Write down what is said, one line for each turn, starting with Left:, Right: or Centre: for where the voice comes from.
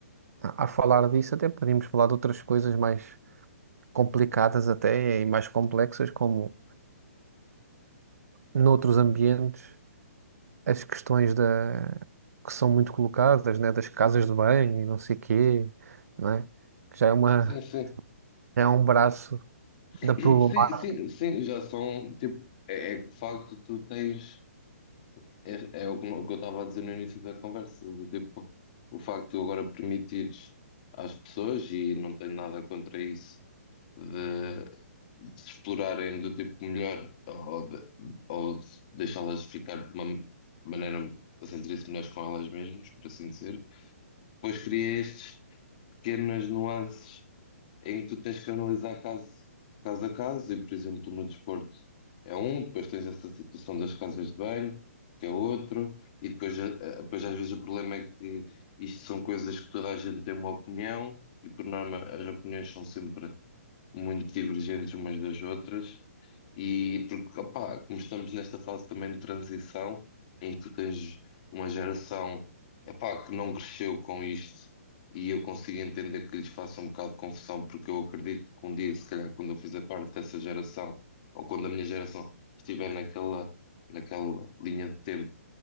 Right: a, a falar disso, até poderíamos falar de outras coisas mais complicadas até e mais complexas, como noutros ambientes as questões da, que são muito colocadas, né, das casas de banho e não sei quê, não é? Que já é uma,
Left: Sim, sim.
Right: é um braço
Left: <clears throat>
Right: da problemática.
Left: Sim, sim, sim, já são, tipo, é, é que de facto tu tens, é, é o que o que eu estava a dizer no início da conversa, do tipo, o facto de tu agora permitires às pessoas, e não tenho nada contra isso, de, de se explorarem do tipo melhor, ou, de- ou de deixá-las ficar de uma maneira a sentir-se melhores com elas mesmas, por assim dizer, Pois cria estes pequenas nuances em que tu tens que analisar caso, caso a caso, e por exemplo, no desporto é um, depois tens essa situação das casas de banho, que é outro, e depois, eh, eh, depois às vezes o problema é que isto são coisas que toda a gente tem uma opinião, e por norma as opiniões são sempre muito divergentes umas das outras, e porque, opá, como estamos nesta fase também de transição, em que tu tens uma geração, epá, que não cresceu com isto, e eu consigo entender que lhes faça um bocado de confusão, porque eu acredito que um dia, se calhar, quando eu fizer parte dessa geração, ou quando a minha geração estiver naquela, naquela linha de tempo